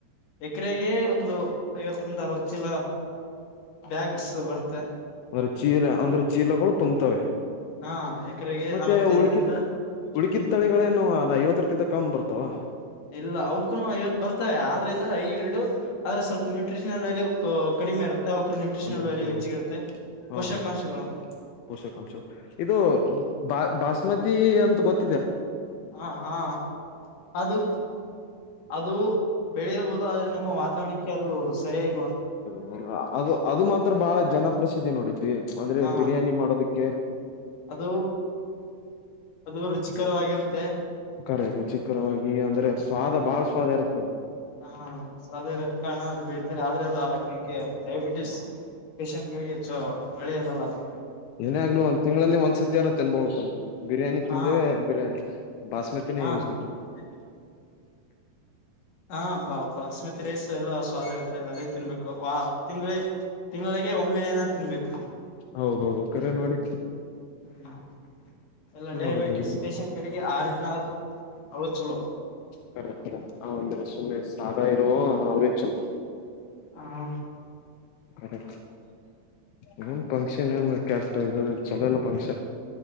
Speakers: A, on the left (about 60°); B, on the left (about 80°).
A: ಎಕರೆಗೆ ಒಂದು ಐವತ್ತರಿಂದ ಅರವತ್ತು ಚೀಲ ಬ್ಯಾಗ್ಸ್ ಬರ್ತ್
B: ಫರ್ ಚೀಲ ಅಂದ್ರೆ ಚೀಲಗಳು ತುಂಬ್ತವೆ.
A: ಹಾ ಎಕರೆಗೆ
B: ಮತ್ತೆ
A: ನಲವತ್ತೈದರಿಂದ
B: ಉಳಿಕಿದ್ ಉಳಿಕಿದ್ದು ತಳಿಗಳೇನು ಒಂದು ಐವತ್ತಕ್ಕಿಂತ ಕಮ್ಮ್ ಬರುತ್ತ್ ತ್ತವ
A: ಇಲ್ಲ ಅವಕ್ಕುನು ಐವತ್ತು ಬರ್ತವೆ ಆದ್ರೆ ಇದು ಹೈ ಹಿಲ್ಡು ಆದ್ರೆ ಸ್ವಲ್ಪ ನ್ಯೂಟ್ರಿಷನಲ್ ವ್ಯಾಲ್ಯೂ ಕ ಕಡಿಮೆ ಇರುತ್ತೆ ಅವುಕ್ ನ್ಯೂಟ್ರಿಷನಲ್
B: ಅಂದ್ರ
A: ವ್ಯಾಲ್ಯೂ
B: ಹ
A: ಹೆಚ್ಚಿಗಿರುತ್ತೆ
B: ಹಾ
A: ಪೋಷಕಾಂಶಗಳ
B: ಹಾ ಪೋಷಕಾಂಶ ಇದು ಬಾ ಬಾಸ್ಮತಿ ಅಂತ ಗೊತ್ತ್
A: ಹಾ ಹಾ ಅದು ಅದು ಬೆಳೆಯಬಹುದು ಆದ್ರೆ ನಮ್ಮ ವಾತಾವರಣಕ್ಕೆ ಅದು ಸರಿಯಾಗ್
B: ಹ ಅದು ಅದು ಮಾತ್ರ ಬಾಳ ಜನಪ್ರಸಿದ್ಧಿ ನೋಡಿ ಪ್ರಿ ಅಂದ್ರೆ
A: ಹಾ
B: ಬಿರಿಯಾನಿ ಮಾಡೋದಿಕ್ಕೆ
A: ಅದು ಅದು ರುಚಿಕರವಾಗಿರುತ್ತ್
B: ಕರೆ ರುಚಿಕರವಾಗಿ ಅಂದ್ರೆ ಸ್ವಾದ ಬಾಳ ಸ್ವಾದ ಇರುತ್ತ್
A: ಹಾ ಸ್ವಾದ ಇರೋ ಕಾರಣ ಅದು ಬೆಳೀತಾರೆ ಆದ್ರೆ ಅದು ಆರೋಗ್ಯಕ್ಕೆ ಡಯಾಬಿಟಿಸ್ ಪೇಶೆಂಟ್ಗ್ ಳಿಗೆ ಹೆಚ್ಚು ಒಳ್ಳೆಯದಲ್ಲ ಅದು
B: ಏನೇ ಆಗಲಿ ಒಂದ್ ತಿಂಗಳಲ್ಲಿ ಒಂದ್ಸತಿಯಾದ್ರೂ ತಿನ್ಬಹುಕಲ್ಲಾ ಬಿರಿಯಾನಿ ತಿಂದೇವೆ
A: ಹಾ
B: ಬಿರಿ ಬಾಸ್ಮತಿ ತಿನೆ
A: ಹಾ
B: ಯೂಸ್ ಮಾಡೋದು
A: <unintelligible> ಹಾ ಬಾ ಬಾಸ್ಮತಿ ರೈಸ್ ಎಲ್ಲ ಸ್ವಾದ ಇರ್ತದೆ ಅದೇ ತಿನ್ಬೇಕು ವಾ ತಿಂಗಳಿ ತಿಂಗಳಿಗೆ ಒಮ್ಮೆನ ತಿನ್ಬೇಕು
B: ಹೌದೌದು ಕರೆ ನೋಡಿ
A: ಹ್ಮ ಎಲ್ಲ ಡಯಾಬಿಟಿಸ್
B: ಮಾಡೋದು
A: ಪೇಷೆಂಟ್ ಗಳಿಗೆ ಆರ್ ಎನ್ ಆರ್ ಅವು ಚಲೋ
B: ಕರೆ ಕರೆ ಹ ಒಂದ್ರೆ ಸುಮ್ಮನೆ ಸದಾ ಇರುವ ಅವೇ ಚಲೊ
A: ಹಾ
B: ಕರೆಕ್ಟ್ ಅ ಏನ್ ಫಂಕ್ಷನ್ ಏನ್ ಕೆಟ್ ಇದು ಚಲೋ ಎಲ್ಲ ಫಂಕ್ಷನ್